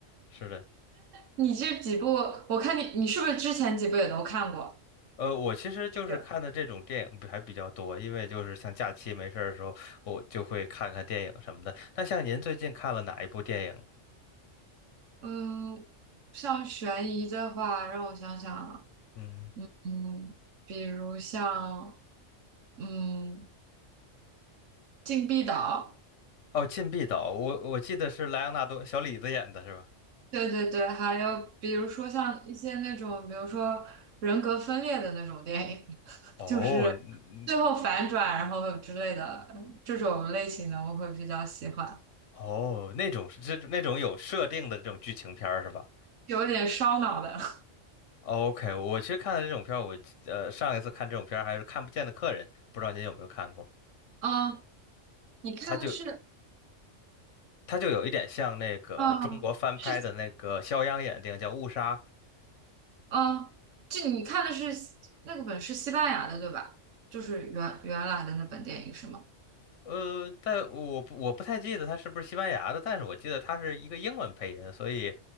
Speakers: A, on the left; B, on the right.
A: 是的。
B: 你这几部，我看你，你是不是之前几部也都看过？
A: 呃，我其实就是看的这种电影比还比较多，
B: 是。
A: 因为就是像假期没事儿的时候，我就会看看电影什么的。那像您最近看了哪一部电影呢
B: 嗯，像悬疑的话，让我想想啊，
A: 嗯，
B: 嗯，比如像，嗯，禁闭岛，
A: 哦，《禁闭岛》，我我记得是莱昂纳多小李子演的是吧？
B: 对对对，还有比如说像一些那种，比如说人格分裂的那种电影，<laughs>
A: 哦，
B: 就是。
A: 嗯
B: 最后反转，然后之类的这种类型的，我会比较喜欢，
A: 哦，那种是这那种有设定的这种剧情片儿是吧
B: 有点烧脑的。
A: ？OK，我其实看的这种片儿我呃上一次看这种片儿还是《看不见的客人》，不知道您有没有看过？
B: <laughs> 嗯，你看的是，
A: 它就它就有一点像那个中国翻拍的那个肖央演的电影叫《误杀》，
B: 嗯，是，嗯，这你看的是那个本是西班牙的对吧？就是原原来的那本电影是吗？
A: 呃，但我不我不太记得他是不是西班牙的，但是我记得他是一个英文配音，所以，